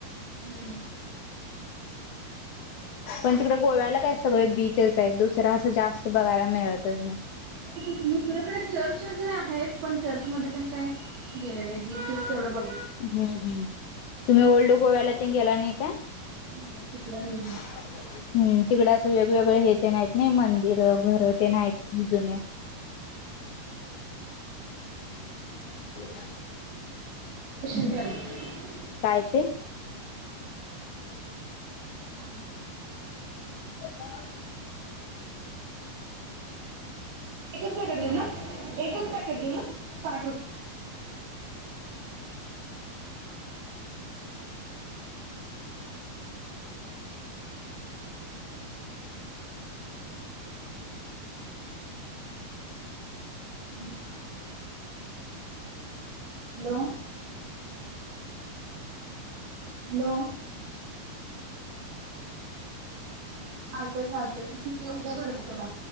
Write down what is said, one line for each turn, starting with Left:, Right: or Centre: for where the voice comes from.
Right: हम्,
Left: पण तिकड गोव्याला काय सगळे बीचेस आहेत दुसर असं जास्त बघायला मिळतच नाही.
Right: <unintelligible> दुसरकडे चर्च वगैरे आहेत पण चर्च मध्ये काय गेले नाही बीचस तेवढ बघ
Left: हम्, हम् तुम्ही ओल्ड गोव्याला तेन गेला नाही काय?
Right: नाही तिकडे नाही गेलं
Left: हम्, तिकड असं वेग वेगवेगळे हे तेन हाइत नाही मंदिर, घर तेन हाईत जुन्या <inaudible>
Right: <unintelligible> टन
Left: काय ते
Right: <unintelligible>
Left: <inaudible>
Right: एकच पॅकेट देऊ ना एकच पॅकेट देऊ ना साठ रुप हॅलो. हॅलो. हॅलो. चालतय चालतय ठीक हे उद्या करते तुला.